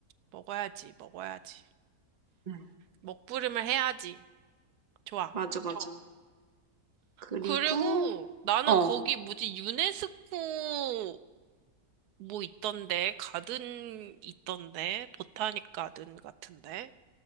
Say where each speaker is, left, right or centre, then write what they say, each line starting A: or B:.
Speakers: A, on the right; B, on the right.
A: 먹어야지, 먹어야지.
B: 응,
A: 먹부림을 해야지. 좋아.
B: 맞아, 맞아. 그리고,
A: 그리고 나는
B: 어,
A: 거기 뭐지, 유네스코 뭐 있던데, 가든 있던데, 보타닉 가든 같은데.